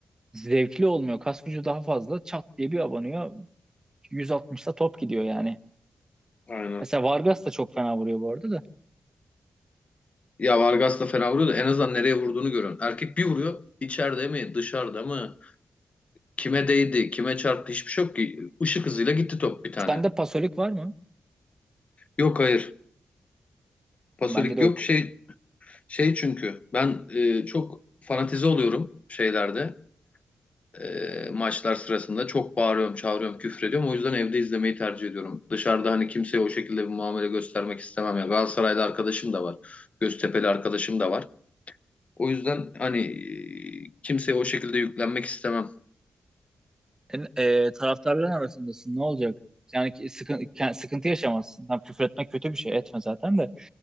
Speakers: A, on the right; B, on the left.
A: zevkli olmuyor. Kas gücü daha fazla. Çat diye bir abanıyor. 160'la top gidiyor yani.
B: Aynen.
A: Mesela Vargas da çok fena vuruyor bu arada da.
B: Ya Vargas da fena vuruyor da en azından nereye vurduğunu görüyorsun. Erkek bir vuruyor. içeride mi, dışarıda mı? Kime değdi, kime çarptı hiçbir şey yok ki. Işık hızıyla gitti top bir tane.
A: Sende pasolik var mı?
B: Yok hayır. Pasolik
A: Bende de
B: yok
A: yok.
B: şey şey çünkü ben e, çok fanatize oluyorum şeylerde. e, maçlar sırasında çok bağırıyorum, çağırıyorum, küfrediyorum. O yüzden evde izlemeyi tercih ediyorum. Dışarıda hani kimseye o şekilde bir muamele göstermek istemem ya. Galatasaray'da arkadaşım da var. Göztepe'li arkadaşım da var. O yüzden hani e, kimseye o şekilde yüklenmek istemem.
A: En- e, taraftarların arasındasın ne olacak? Yani ki sıkıntı, sıkıntı yaşamazsın. Tam küfür etmek kötü bir şey etme zaten de.